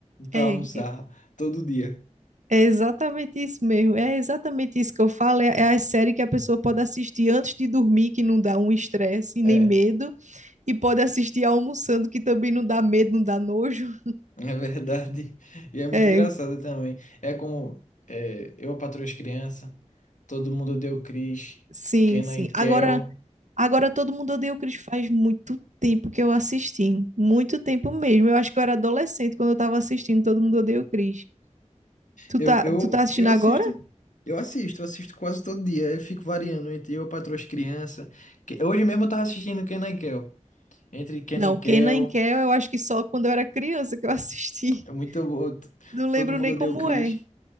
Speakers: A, on the left (about 85°); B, on the right (about 75°).
A: para
B: É,
A: almoçar todo dia.
B: É exatamente isso mesmo. É exatamente isso que eu falo. É, é a série que a pessoa pode assistir antes de dormir, que não dá um estresse
A: É.
B: nem medo, e pode assistir almoçando, que também não dá medo, não dá nojo.
A: É verdade. E é muito
B: É,
A: engraçado também. É como é, eu patroa as crianças, todo mundo deu Cris,
B: sim,
A: Kenan
B: sim.
A: e Kel.
B: Agora, agora todo mundo odeia o Chris faz muito tempo que eu assisti, muito tempo mesmo. Eu acho que eu era adolescente quando eu tava assistindo Todo Mundo Odeia o Chris. Tu
A: Eu,
B: tá,
A: eu,
B: tu tá assistindo
A: eu
B: agora?
A: assisto. Eu assisto, eu assisto quase todo dia. Eu fico variando entre eu patroa as crianças. que- Hoje mesmo eu tava assistindo Kenan e Kel. Entre Kenan
B: Não,
A: e Kel,
B: Kenan e Kel, eu acho que só quando eu era criança que eu <laughs> assisti.
A: é muito bom. t-
B: Não lembro
A: Todo mundo
B: nem como
A: deu Cris.
B: é.